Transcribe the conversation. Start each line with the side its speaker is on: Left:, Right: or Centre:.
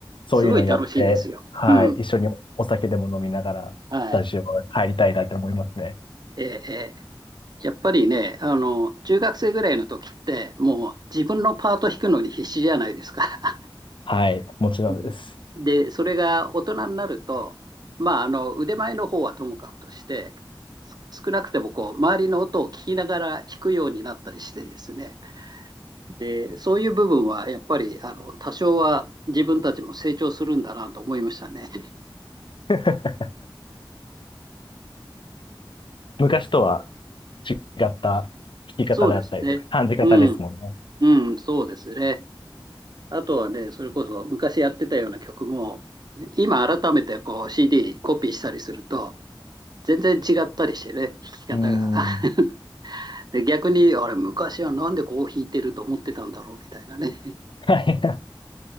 Left: そういうのをやって、
Right: すごい楽しいですよ。
Left: はい、
Right: うん。
Left: 一緒にお酒でも飲みながら、
Right: はい。
Left: スタジオ入りたいなって思いますね。
Right: ええ、ええ。やっぱりね、あの、中学生ぐらいの時って、もう自分のパート弾くのに必死じゃないですか。<laughs>
Left: はい、もちろんです。
Right: うんで、それが大人になると、まあ、あの、腕前の方はともかくとして、す少なくてもこう、周りの音を聞きながら弾くようになったりしてですね。で、そういう部分はやっぱり、あの、多少は自分たちも成長するんだなと思いましたね。
Left: <laughs> 昔とは違った聞き方であったりとか、
Right: そうですね。
Left: 感じ方ですもんね。
Right: うん、うん、そうですね。あとはね、それこそ昔やってたような曲も、今改めてこう CD コピーしたりすると、全然違ったりしてね、弾き方が。
Left: うん。
Right: <laughs> で、逆に、あれ、昔はなんでこう弾いてると思ってたんだろうみたいなね、<laughs>
Left: はい。